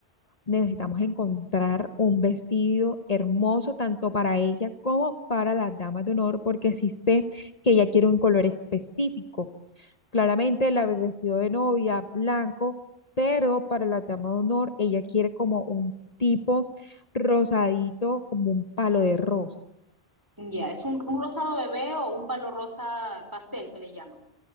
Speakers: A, on the left; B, on the right.
A: Necesitamos encontrar un vestido hermoso tanto para ella como para las damas de honor, porque sí sé que ella quiere un color específico. Claramente, la el vestido de novia, blanco, pero para la dama de honor, ella quiere como un tipo rosadito, como un palo de rosa,
B: Ya, es un, un rosado bebé o un palo rosa pastel que le llaman.